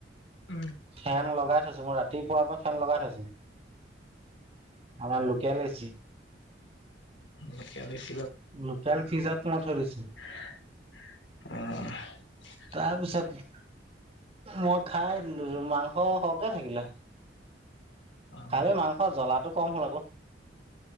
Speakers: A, on the left; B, on the right.
A: উম,
B: ফেন লগাই ছো মই ৰাতিপুৱাৰ পৰা ফেন লগাই থৈছো। আমাৰ local AC
A: local AC
B: local ফিজাত মই থৈ দিছো।
A: <unintelligible>
B: তাৰপিছত, মই খাই দিলো মাংস সৰহকে থাকিলে।
A: অ',
B: কালি মাংসৰ জলাটো কম হ'ল আকৌ।